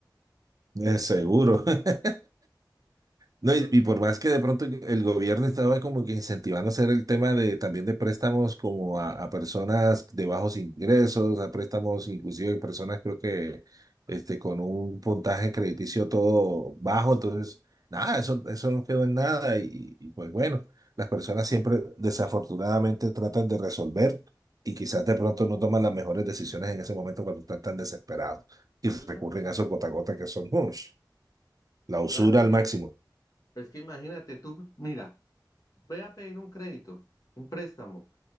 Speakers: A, on the right; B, on the left.
A: es seguro. <laughs> No, y,
B: porque...
A: y por más que de pronto el gobierno estaba como que incentivando hacer el tema de también de préstamos como a, a personas de bajos ingresos, a préstamos inclusive de personas creo que este, con un puntaje crediticio todo bajo, entonces nada, eso, eso no quedó en nada y, y pues bueno, las personas siempre desafortunadamente tratan de resolver y quizás de pronto no toman las mejores decisiones en ese momento cuando están tan desesperados y
B: Claro,
A: recurren a esos gota a gota que son ush, la usura
B: claro,
A: al
B: y
A: máximo.
B: es, es que imagínate, tú, mira, voy a pedir un crédito, un préstamo.